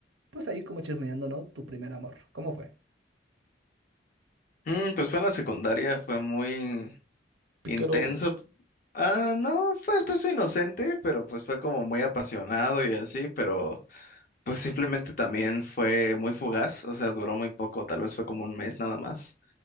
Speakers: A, on the right (about 85°); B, on the left (about 50°).
A: pues ahí como chismeando, ¿no? Tu primer amor, ¿cómo fue?
B: Mm, pues fue en la secundaria, fue muy
A: Pícaro.
B: intenso. Ah, no, fue hasta eso inocente, pero pues fue como muy apasionado y así, pero pues simplemente también fue muy fugaz, o sea, duró muy poco, tal vez fue como un mes nada más.